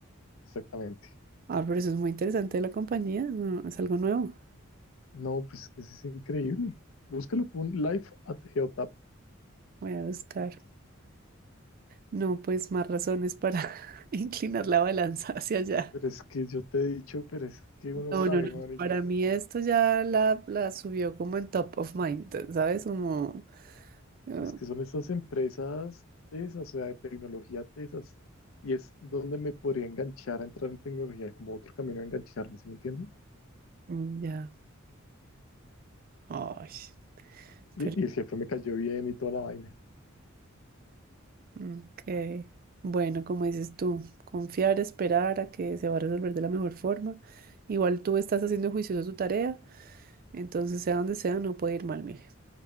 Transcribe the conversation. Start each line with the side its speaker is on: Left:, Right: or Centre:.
Left: Exactamente.
Right: Ah, pero eso es muy interesante de la compañía, no, es algo nuevo.
Left: No, pues que eso es increíble. Búscalo por Life at Geotap.
Right: Voy a buscar. No, pues más razones para <laughs> inclinar la balanza hacia allá.
Left: Pero es que yo te he dicho, pero es que uno
Right: No,
Left: sabe,
Right: no, no.
Left: marica.
Right: Para mí esto ya la, la subió como en top of mind, ¿sabes? Como, ah,
Left: Es que son estas empresas tesas, o sea, de tecnología tesas. Y es donde me podría enganchar a entrar en tecnología, como otro camino a engancharme, ¿sí me entiendes?
Right: mm, ya. Ay. pero.
Left: Y, y el jefe me cayó bien y toda la vaina.
Right: Ok. Bueno, como dices tú, confiar, esperar a que se va a resolver de la mejor forma. Igual tú estás haciendo juicioso tu tarea, entonces sea donde sea, no puede ir mal, mire.